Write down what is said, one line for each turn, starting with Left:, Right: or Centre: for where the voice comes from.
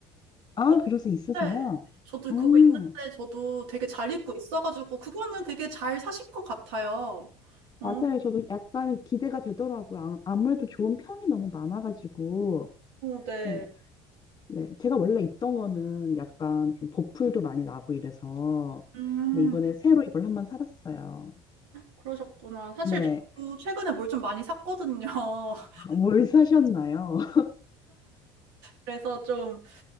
Left: 아,
Right: 어,
Left: 그래서 있으세요?
Right: 네. 저도
Left: 음,
Right: 그거 있는데, 저도 되게 잘 입고 있어가지고, 그거는 되게 잘 사신 것 같아요.
Left: 맞아요.
Right: 어,
Left: 저도 약간 기대가 되더라고요. 아- 아무래도 좋은 평이 너무 많아가지고.
Right: 네.
Left: 네, 네. 제가 원래 입던 거는 약간 좀 보풀도 많이 나고 이래서.
Right: 음,
Left: 근데 이번에 새로 이걸 한번 살았어요.
Right: 그러셨구나. 사실
Left: 네.
Right: 저도 최근에 뭘 좀 많이 샀거든요. <laughs>
Left: 뭘 사셨나요? <laughs>
Right: 그래서 좀